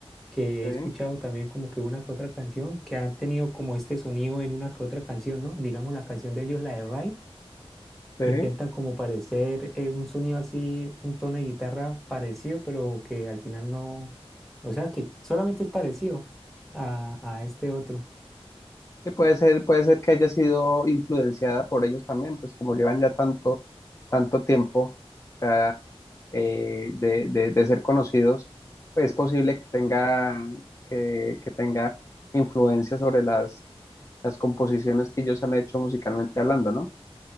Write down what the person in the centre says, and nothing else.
que
he escuchado también como que una que otra canción, que han tenido como este sonido en una que otra canción, ¿no? Digamos la canción de ellos, la de Ride,
intenta como parecer eh, un sonido así, un tono de guitarra parecido, pero que al final no, o sea, que solamente es parecido a, a este otro.